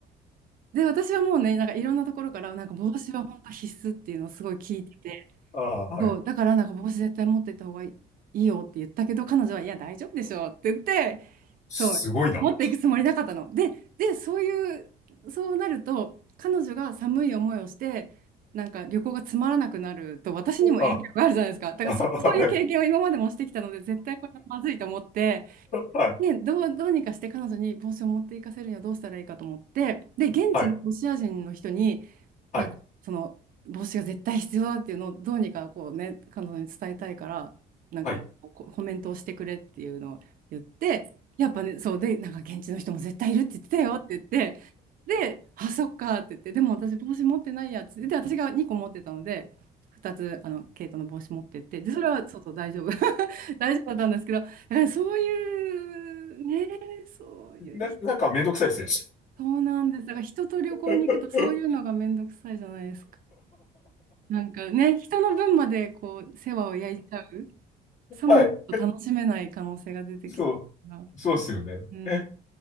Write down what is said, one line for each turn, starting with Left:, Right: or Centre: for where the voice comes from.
Right: で、私はもうね、なんかいろんなところから、なんか帽子は本当必須っていうのをすごい聞いてて、
Left: ああ、はい。
Right: そう、だからなんか帽子絶対持ってった方がいいいいよって言ったけど、彼女は、いや、大丈夫でしょうって言って、
Left: すごいな。
Right: そう、持っていくつもりなかったの。で、で、そういう、そうなると、彼女が寒い思いをして、なんか旅行がつまらなくなると、私にも影響があるじゃないですか。
Left: あ、
Right: だからそ、
Left: あはい、
Right: そういう経験を今までもしてきたので、絶対これはまずいと思って、
Left: はい、
Right: ね、どう、どうにかして彼女に帽子を持っていかせるにはどうしたらいいかと思って、で、現地のロシア人の人に、
Left: はい、はい、
Right: なんかその帽子が絶対必要だっていうのをどうにかこうね彼女に伝えたいからなんかこコメントをしてくれっていうのを言ってやっぱねそうでなんか現地の人も絶対いるって言ってたよって言ってで「あそっか」って言って「でも私帽子持ってないや」っつってで私が2個持ってたので2つあのケイトの帽子持ってってでそれはそうそう大丈夫
Left: はい。
Right: <laughs> 大丈夫だったんですけどだからそういうねそういう人
Left: な、なんかめんどくさいですね。
Right: そうなんですだから人と旅行に行くとそういうのがめんどくさいじゃないですか。
Left: <laughs>
Right: なんかね、人の分までこう、世話を焼いちゃう。さもないと楽しめない可能性が出てきちゃうから。
Left: はい。そう。そうですよね。
Right: うん、
Left: え、
Right: う